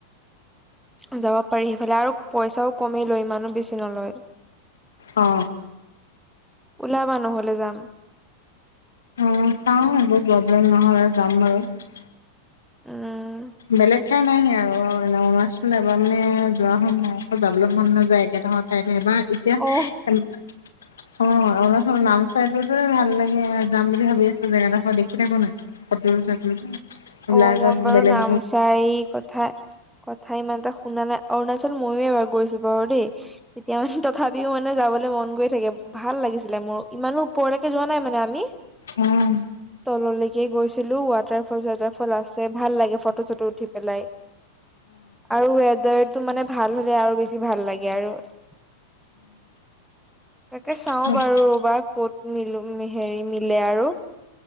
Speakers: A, in the centre; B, on the left.
A: <inaudible> যাব পাৰি সেইফালে আৰু পইচাও কমি লৈ ইমানো বেছি নলয়
B: অ
A: ওলাবা নহলে যাম
B: অ চাও একো প্ৰব্লেম নহয় যাম বাৰু
A: উম
B: বেলেগ ঠাই নাই ন আৰু এনে অৰুণাচল এবাৰ মানে যোৱা <unintelligible> আকৌ যাবলৈ মন নাযায় একে ধৰৰ ঠাইতে এবাৰ এতিয়া
A: অ
B: <unintelligible> অ অৰুণাচলৰ নামচাইটোতে ভাল লাগে আৰু যাম বুলি ভাবি আছো জেগাডোখৰ দেখি থাকো নাই সেই ফটোত
A: অ মই
B: <unintelligible> <unintelligible> বেলেগ
A: <unintelligible> কথা কথা ইমান এটা <unintelligible> অৰুণাচল ময়ো এবাৰ গৈছো বাৰু দেই তেতিয়া মানে তথাপিও মানে যাবলৈ মন গৈ থাকে ভাল লাগিছিলে মোৰ ইমানো ওপৰলৈকে যোৱা নাই মানে আমি
B: উম
A: তললৈকে গৈছিলো ৱাটাৰ ফল চৱাটাৰ ফল আছে ভাল লাগে ফটো চটো উঠি পেলাই আৰু ৱেডাৰটো মানে ভাল হলে আৰু বেছি ভাল লাগে আৰু <inaudible> তাকে চাওঁ
B: কোনফালে
A: বাৰু ৰবা কত মিলো হেৰি মিলে আৰু